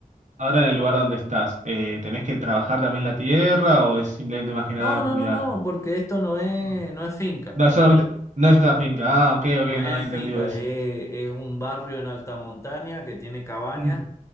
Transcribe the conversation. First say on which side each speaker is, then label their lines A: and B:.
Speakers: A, on the right; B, on the left.
A: ahora en el lugar donde estás, eh, tenés que trabajar también la tierra o es simplemente más que nada
B: No, no,
A: cuidar?
B: no, no, porque esto no es,
A: No,
B: no es finca.
A: No, es solamente, no es una finca. Ah, ok, ok,
B: No es
A: no he entendido
B: finca,
A: eso.
B: es, es un barrio en alta montaña que tiene cabañas.
A: Mm,